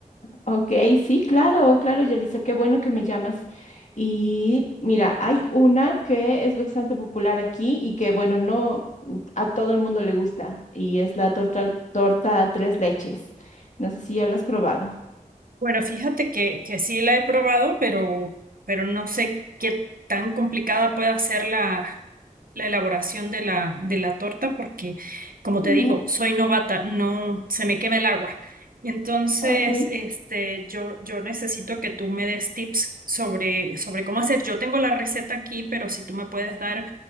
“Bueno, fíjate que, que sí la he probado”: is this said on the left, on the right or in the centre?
Right